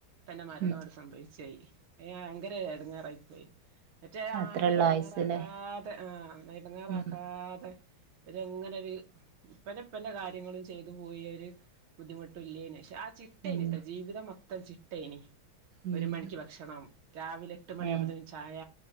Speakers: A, on the right; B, on the right.
A: തന്നെ മരണോട്
B: ഉം
A: സംഭവിച്ചയി ഭയങ്കര എടങ്ങേറായിപ്പോയി മറ്റേ
B: അത്രയുള്ള
A: ആരെയും എടുങ്ങെറാക്കാതെ
B: ആയുസ്സല്ലേ
A: ആഹ് ഇടങ്ങെറാക്കാതെ
B: ഉം
A: രുങ്ങനെരു ഉപ്പൻ്റെപ്പന്റെ കാര്യങ്ങള് ചെയ്തു പോയി ഒരു ബുദ്ധിമുട്ടുല്ലേന്ന് ക്ഷെ ആഹ് ചി ചിട്ടേനിട്ടോ
B: ഉം
A: ജീവിതം മൊത്തം ചിട്ടേനി
B: ഉം
A: ഒരു മണിക്ക് ഭക്ഷണം രാവിലെ എട്ട് മണിയാകുപോത്ന്
B: ഏ
A: ചായ